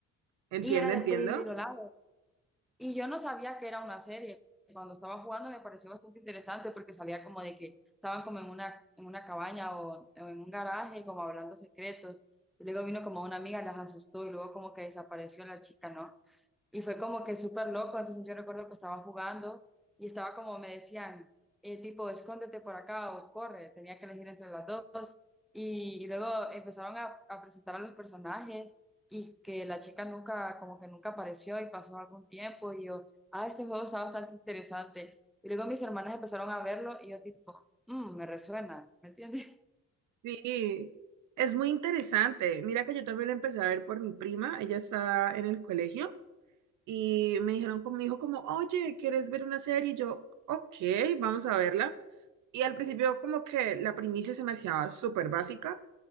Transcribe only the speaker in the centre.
Y era de
Pretty Little Liars, y yo no sabía que era una serie. Cuando estaba jugando me pareció bastante interesante porque salía como de que estaban como en una, en una cabaña o, o en un garaje como hablando secretos. Y luego vino como una amiga, las asustó y luego como que desapareció la chica, ¿no? Y fue como que súper loco, entonces yo recuerdo que estaba jugando y estaba como me decían, eh, tipo, escóndete por acá o corre, tenía que elegir entre las dos. Y, y luego empezaron a, a presentar a los personajes y que la chica nunca, como que nunca apareció y pasó algún tiempo y yo, ah, este juego está bastante interesante. Y luego mis hermanas empezaron a verlo y yo tipo, "Mm, me resuena, ¿me entiendes?